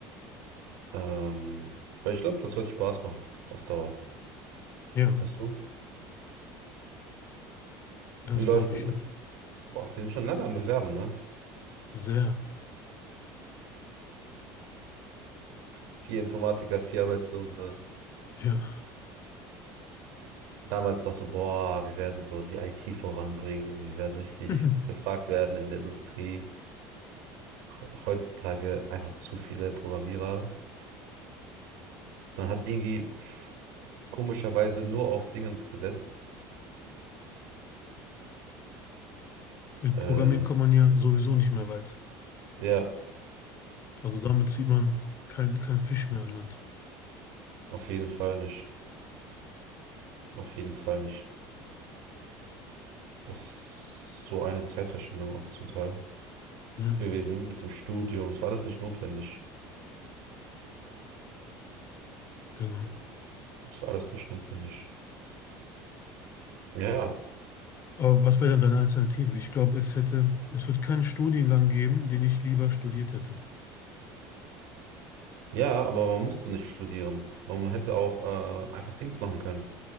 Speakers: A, on the right (about 75°); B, on the left (about 45°).
A: Ähm, weil ich glaube, das wird Spaß machen. Auf Dauer.
B: Ja,
A: Weißt du?
B: das
A: Wie läuft
B: glaube
A: denn.
B: ich auch.
A: Boah, wir sind schon lange am Bewerben, ne?
B: Sehr,
A: Vier Informatiker, vier Arbeitslose.
B: ja.
A: Damals noch so, boah, wir werden so die IT voranbringen. Wir werden richtig
B: <laughs>
A: gefragt werden in der Industrie. He- Heutzutage einfach zu viele Programmierer. Man hat irgendwie komischerweise nur auf Dingens gesetzt.
B: Mit
A: Äh,
B: Programmieren kommt man ja sowieso nicht mehr weit.
A: ja.
B: Also damit zieht man kein, kein Fisch mehr an Land.
A: Auf jeden Fall nicht. Auf jeden Fall nicht. Das ist so eine Zeitverschwendung auch zum Teil
B: Ja,
A: gewesen mit dem Studium. Es war alles nicht notwendig.
B: genau.
A: Es war alles nicht notwendig. Ja,
B: Aber was wäre denn deine Alternative? Ich glaube, es hätte, es wird keinen Studiengang geben, den ich lieber studiert hätte.
A: ja, aber man musste nicht studieren. Man hätte auch äh, einfach Dings machen können.